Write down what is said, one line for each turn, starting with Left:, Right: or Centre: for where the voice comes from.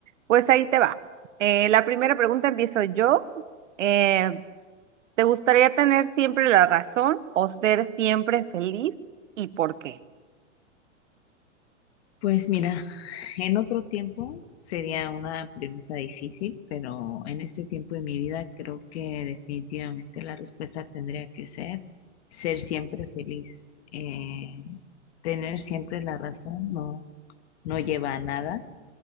Right: pues ahí te va. Eh, la primera pregunta empiezo yo. Eh, ¿Te gustaría tener siempre la razón o ser siempre feliz y por qué?
Left: Pues mira, en otro tiempo sería una pregunta difícil, pero en este tiempo de mi vida creo que definitivamente la respuesta tendría que ser ser siempre feliz. Eh, tener siempre la razón no, no lleva a nada